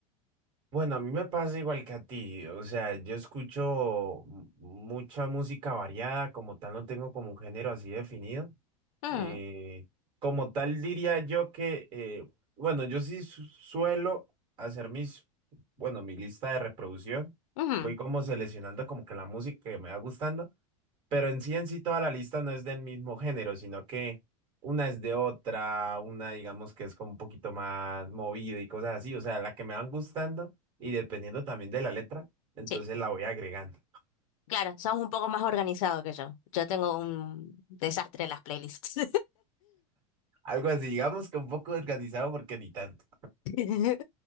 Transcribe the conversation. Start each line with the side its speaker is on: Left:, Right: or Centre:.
Right: Bueno, a mí me pasa igual que a ti, o sea, yo escucho m- mucha música variada, como tal no tengo como un género así definido.
Left: Mm,
Right: Eh, como tal diría yo que, eh, bueno, yo sí su- suelo hacer mis, bueno, mi lista de reproducción,
Left: ujú,
Right: voy como seleccionando como que la música que me va gustando, pero en sí en sí toda la lista no es del mismo género, sino que una es de otra, una digamos que es como un poquito más movida y cosas así, o sea, la que me van gustando y dependiendo también de la letra, entonces
Left: Sí,
Right: la voy agregando.
Left: claro, sos un poco más organizado que yo. Yo tengo un desastre en las playlists.
Right: Algo así, digamos que un poco organizado porque ni tanto.
Left: <laughs>